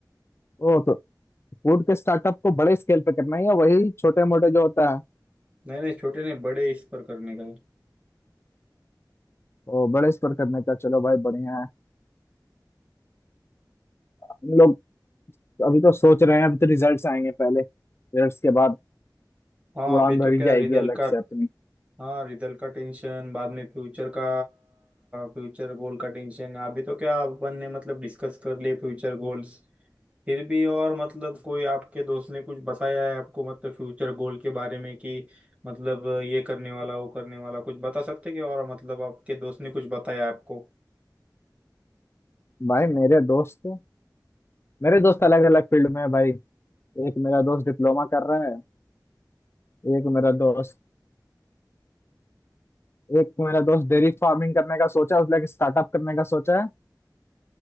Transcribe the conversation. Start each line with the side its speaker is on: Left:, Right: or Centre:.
Left: ओ तो फूड के स्टार्टअप को बड़े स्केल पे करना है या वही छोटे मोटे जो होता है
Right: नहीं नहीं छोटे नहीं बड़े इस पर करने का है
Left: वो बड़े स्तर करने का चलो भाई बढ़िया है हम लोग अभी तो सोच रहे हैं अभी तो रिजल्ट्स आएंगे पहले रिजल्ट्स के बाद
Right: हाँ
Left: उड़ान
Right: अभी
Left: भरी
Right: तो क्या
Left: जाएगी
Right: रिजल्ट
Left: अलग
Right: का
Left: से अपनी
Right: हाँ रिजल्ट का टेंशन बाद में फ्यूचर का फ्यूचर गोल का टेंशन अभी तो क्या अपन ने मतलब डिस्कस कर लिए फ्यूचर गोल्स फिर भी और मतलब कोई आपके दोस्त ने कुछ बताया है आपको मतलब फ्यूचर गोल के बारे में कि मतलब ये करने वाला वो करने वाला कुछ बता सकते हैं क्या और मतलब आपके दोस्त ने कुछ बताया आपको
Left: भाई मेरे दोस्त मेरे दोस्त अलग अलग फील्ड में है भाई एक मेरा दोस्त डिप्लोमा कर रहा है एक मेरा दोस्त एक मेरा दोस्त डेयरी फार्मिंग करने का सोचा है उसने एक स्टार्टअप करने का सोचा है